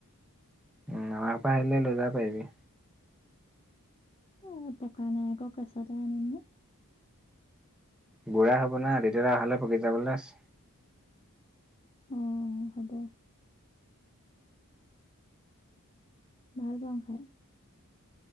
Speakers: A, in the centre; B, on the left (about 25°).
A: উমঁ' আমাৰ পৰা আহিলে লৈ যাব পাৰিবি।
B: এ পকা নাই আকৌ কেঁচাতে আনিম নে।
A: বুঢ়া হ'ব না, তেতিয়া তই অহালে পকি যাবলৈ আছে।
B: অ হ'ব। ভাল পাওঁ খাই।